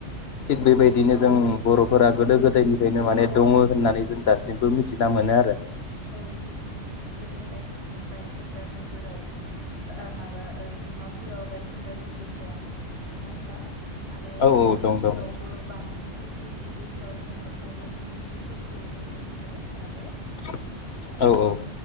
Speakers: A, on the left; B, on the right.
A: थिग बेबायदिनो जों बर'फोरा गोदो-गोदायनिफ्रायनो माने दङ होननानै जों दासिमबो मिथिना मोनो आरो
B: औ मिथिना मोनो जेरैहाय जोंनि बाइक दा नोगोराव ओ माबा ओ डिमापुराव बाय खोन्दा नोगोर दं नङा होनबा आरो
A: औ औ
B: तेजपुरावबो
A: दं दं
B: बामुनि बुहुरि बेफोराव जोङो बर'नि नेरसोनफोरखौ नुनो मोनो दाबो
A: <inaudible> औ औ